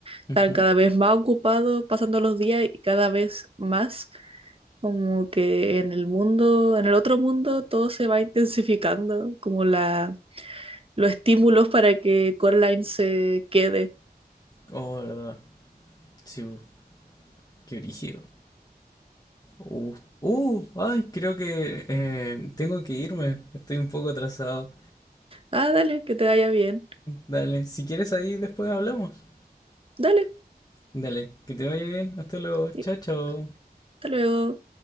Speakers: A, on the right; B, on the left.
A: están
B: ujú.
A: cada vez más ocupados pasando los días y cada vez más, como que en el mundo, en el otro mundo todo se va intensificando, como la, los estímulos para que Coraline se quede.
B: Oh, verdad. Sí, bu, qué brígido. Uh, uh, ay, creo que eh, tengo que irme. Estoy un poco atrasado.
A: Ah, dale, que te vaya bien.
B: Dale, si quieres ahí después hablamos.
A: Dale,
B: Dale, que te vaya bien. Hasta luego.
A: y
B: Chao, chao.
A: hasta luego.